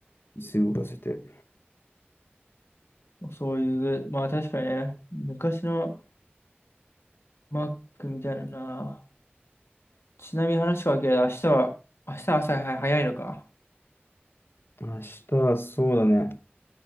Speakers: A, on the left; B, on the left.
A: 椅子動かせて。
B: そういう、まあ確かにね、昔の Mac みたいなな。ちなみに話がわるけど、明日は、明日朝早いのか。
A: 明日はそうだね。